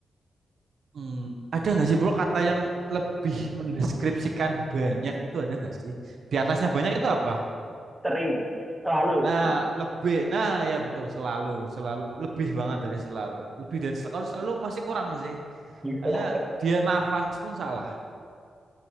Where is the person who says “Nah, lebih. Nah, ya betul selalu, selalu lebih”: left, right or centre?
Right